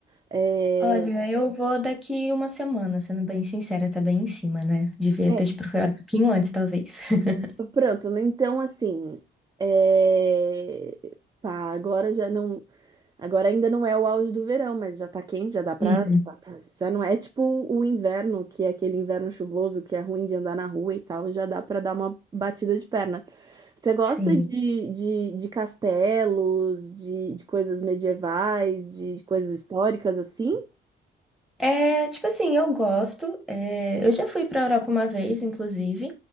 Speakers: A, on the right (about 20°); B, in the centre.
A: É,
B: Olha, eu vou daqui uma semana, sendo bem sincera, tá bem em cima, né? Devia
A: é,
B: ter te procurado um pouquinho antes, talvez. <laughs>
A: pronto, né? então assim, é, pá, agora já não, Agora ainda não é o auge do verão, mas já tá quente, já dá pra.
B: Hum.
A: Já não é tipo o inverno, que é aquele inverno chuvoso que é ruim de andar na rua e tal, já dá pra dar uma batida de perna. Você gosta
B: Sim.
A: de, de, de castelos, de, de coisas medievais, de coisas históricas assim?
B: É, tipo assim, eu gosto. é, eu já fui pra Europa uma vez, inclusive,